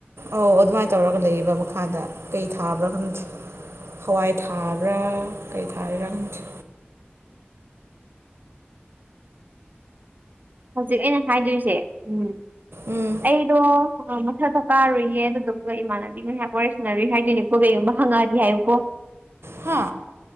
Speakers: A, on the right (about 80°); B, on the right (about 45°).
A: ꯑꯧ ꯑꯗꯨꯃꯥꯏꯅ ꯇꯧꯔꯒ ꯂꯩꯌ‌ꯦꯕ ꯃꯈꯥꯗ ꯀꯩ ꯊꯥꯕꯅ‌ꯣ ꯈꯪꯗꯦ ꯍꯋꯥꯏ ꯊꯥꯕ꯭ꯔꯥ ꯀꯩ ꯊꯥꯔꯤꯔꯥ ꯈꯪꯗ‌ꯦ
B: ꯍꯧꯖꯤꯛ ꯑꯩꯅ ꯍꯥꯏꯗꯣꯏꯁꯦ ꯎꯝ
A: ꯎꯝ
B: ꯑꯩꯗꯣ ꯑ ꯃꯊꯛꯇ ꯀꯥꯔꯨꯏꯌꯦ ꯑꯗꯨꯗꯨꯒ ꯏꯃꯥꯟꯅꯕꯤ ꯉꯥꯏꯍꯥꯛ ꯋꯥꯔꯤ ꯁꯥꯟꯅꯔꯨꯏ ꯍꯥꯏꯗꯣꯏꯅꯦꯀꯣ ꯀꯩꯒꯨꯝꯕ ꯍꯪꯉꯛꯑꯗꯤ ꯍꯥꯏꯌꯨꯀꯣ
A: ꯍꯥ